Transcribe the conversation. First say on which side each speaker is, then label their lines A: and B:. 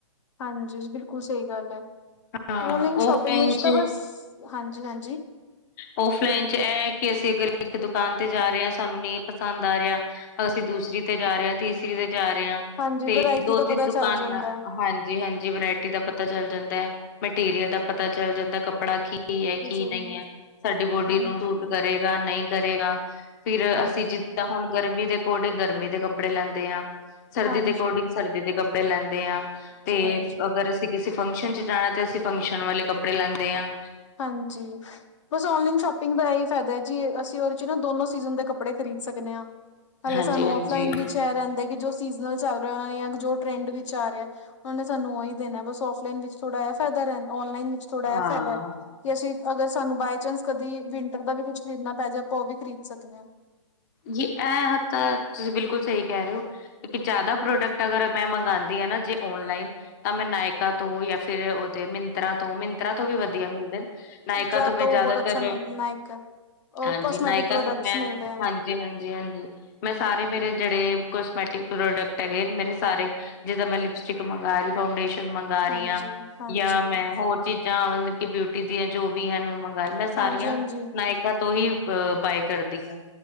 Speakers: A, on the left; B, on the left.
A: ਹਾਂਜੀ ਬਿਲਕੁਲ ਸਹੀ ਗੱਲ ਹੈ।
B: ਹਾਂ
A: ਔਨਲਾਈਨ
B: ਔਫਲਾਈਨ
A: ਸ਼ੋਪਿੰਗ ਵਿੱਚ
B: ਚ
A: ਤਾਂ ਬਸ ਹਾਂਜੀ, ਹਾਂਜੀ
B: ਔਫਲਾਈਨ ਚ ਇਹ ਕਿ ਅਸੀਂ ਅਗਰ ਇੱਕ ਦੁਕਾਨ ਤੇ ਜਾ ਰਹੇ ਹਾਂ ਸਾਨੂੰ ਨਹੀਂ ਪਸੰਦ ਆ ਰਿਹਾ। ਅਸੀਂ ਦੂਸਰੀ ਤੇ ਜਾ ਰਹੇ ਹ ਤੀਸਰੀ ਤੇ ਜਾ ਰਹੇ ਹ
A: ਹਾਂਜੀ
B: ਤੇ
A: ਵਰਾਇਟੀ
B: ਦੋ
A: ਦਾ
B: ਤਿੰਨ
A: ਪਤਾ
B: ਦੁਕਾਨਾਂ
A: ਚੱਲ ਜਾਂਦਾ ਹੈ।
B: ਹਾਂ ਜੀ ਹਾਂਜੀ ਵਰਾਇਟੀ ਦਾ ਪਤਾ ਚੱਲ ਜਾਂਦਾ ਹੈ, ਮਟੀਰੀਅਲ ਦਾ ਪਤਾ ਚੱਲ ਜਾਂਦਾ ਕੱਪੜਾ ਕੀ ਕੀ ਹੈ
A: ਤੁਸੀਂ
B: ਕੀ ਨਹੀਂ
A: ਹਾਂਜੀ,
B: ਹੈ ਸਾਡੀ ਬੋਡੀ
A: ਹਾਂਜੀ,
B: ਨੂੰ ਸੂਟ ਕਰੇਗਾ ਨਹੀਂ ਕਰੇਗਾ। ਫਿਰ
A: ਹਾਂਜੀ,
B: ਅਸੀਂ ਜਿੱਦਾਂ ਹੁਣ ਗਰਮੀ ਦੇ ਅਕੋਰਡਿੰਗ ਗਰਮੀ ਦੇ ਕੱਪੜੇ ਲੈਂਦੇ ਆ। ਸਰਦੀ
A: ਹਾਂਜੀ,
B: ਦੇ ਅਕੋਰਡਿੰਗ ਸਰਦੀ ਦੇ ਕੱਪੜੇ ਲੈਂਦੇ ਆ ਤੇ
A: ਹਾਂਜੀ।
B: ਅਗਰ ਅਸੀਂ ਕਿਸੇ ਫੰਕਸ਼ਨ ਚ ਜਾਣਾ ਅਸੀਂ ਫੰਕਸ਼ਨ ਵਾਲੇ ਕੱਪੜੇ ਲੈਂਦੇ ਹਾਂ।
A: ਹਾਂਜੀ। ਬਸ ਔਨਲਾਈਨ ਸ਼ੋਪਿੰਗ ਦਾ ਇਹੀ ਫਾਇਦਾ ਜੀ ਅਸੀਂ ਉਹਦੇ ਚ ਨਾ ਦੋਨੋ ਸੀਜ਼ਨ ਦੇ ਕੱਪੜੇ ਖਰੀਦ ਸਕਣੇ ਹਾਂ। ਹਲੇ
B: ਹਾਂਜੀ-ਹਾਂਜੀ।
A: ਸਾਨੂੰ ਔਫਲਾਈਨ ਵਿਚ ਇਹ ਰਹਿੰਦਾ ਕਿ ਜੋ ਸੀਜਨਲ ਚੱਲ ਰਿਹਾ ਜੋ ਟ੍ਰੈਂਡ ਵਿਚ ਆ ਰਿਹਾ। ਉਹੇ ਸਾਨੂੰ ਉਹੀ ਦੇਣਾ ਬਸ ਔਫਲਾਈਨ ਵਿੱਚ ਥੋੜਾ ਇਹ ਫਾਇਦਾ ਰਹ ਔਨਲਾਈਨ ਥੋੜਾ
B: ਹਾਂ,
A: ਇਹ ਫਾਇਦਾ ਹੈ। ਕਿ ਅਸੀਂ ਅਗਰ ਸਾਨੂੰ ਬਾਏ ਚਾਂਸ ਕਦੀ ਵਿੰਟਰ ਦਾ ਵੀ ਕੁਝ ਖਰੀਦਣਾ ਪੈ ਜਾਵੇ ਆਪਾਂ ਉਹ ਵੀ ਖਰੀਦ ਸਕਨੇ ਹਾਂ।
B: ਜੇ ਇਹ ਹੱ ਤਾਂ ਤੁਸੀਂ ਬਿਲਕੁਲ ਸਹੀ ਕਹਿ ਰਹੇ ਹੋ। ਇੱਕ ਜ਼ਿਆਦਾ ਪ੍ਰੋਡਕਟ ਅਗਰ ਮੈਂ ਮੰਗਵਾਉਂਦੀ ਹਾਂ ਨਾ ਜੇ ਔਨਲਾਈਨ ਤਾਂ ਮੈਂ ਨਾਇਕਾ ਤੋਂ ਜਾਂ ਫਿਰ ਉਹਦੇ ਮਿੰ ਮਿੰਤਰਾ ਤੋਂ ਵੀ ਵਧੀਆ ਮਿਲਦੇ
A: ਮਿੰਤਰਾ
B: ਨਾਇਕਾ ਤੋਂ ਮੈਂ ਜਿਆਦਾਤਰ
A: ਉਹ ਬਹੁਤ ਅੱਛਾ ਮਿਲ ਨਾਇਕ। ਉਹ
B: ਹਾਂਜੀ
A: ਕੋਸਮੈਟਿਕ
B: ਨਾਇਕਾ
A: ਪ੍ਰੋਡਕਟਸ
B: ਤੋਂ ਮੈਂ ਹਾਂ।
A: ਮਿਲਦੇ ਆ
B: ਹਾਂਜੀ ਹਾਂਜੀ ਮੈਂ ਸਾਰੇ ਮੇਰੇ ਜਿਹੜੇ ਕੋਸਮੈਟਿਕ ਪ੍ਰੋਡਕਟ ਹੈਗੇ ਮੇਰੇ ਸਾਰੇ ਜਿੱਦਾਂ ਮੈਂ ਲਿਪਸਟਿਕ ਮੰਗਵਾ ਰਹੀ। ਫਾਊਂਡੇਸ਼ਨ ਮੰਗ ਰਹੀ
A: ਹਾਂਜੀ
B: ਹਾਂ
A: ਹਾਂਜੀ
B: ਜਾਂ ਮੈਂ ਹੋਰ ਚੀਜ਼ਾਂ ਮਤਲਬ ਕਿ ਬਿਊਟੀ ਦੀਆਂ ਜੋ ਵੀ ਹਨ ਮੈਂ ਮੰਗਵਾਏ ਮੈਂ ਸਾਰੀਆਂ
A: ਹਾਂਜੀ ਹਾਂਜੀ
B: ਨਾਇਕਾ ਤੋਂ ਹੀ ਅ ਬਾਏ ਕਰਦੀ ਹਾਂ।